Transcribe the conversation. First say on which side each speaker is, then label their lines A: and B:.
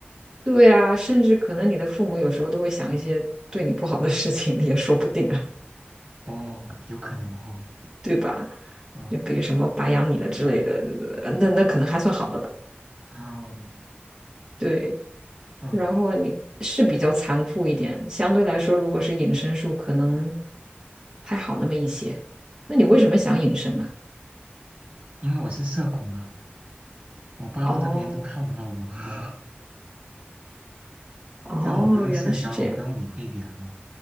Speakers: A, on the right; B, on the right.
A: 对啊，甚至可能你的父母有时候都会想一些对你不好的事情，也说不定。
B: 哦，有可能哦，
A: 对吧？
B: 嗯
A: 就比如什么白养你了之类的，呃那那可能还算好的了。
B: 嗯
A: 对，
B: 嗯，
A: 然后你是比较残酷一点，相对来说，如果是隐身术，可能还好那么一些。那你为什么想隐身啊？
B: 因为我是社恐啊，我巴不得别人都看不到我，
A: 哦
B: <laughs>
A: 哦，
B: 这样我不用社交，
A: 原来是这样。
B: 我不用理会别人了，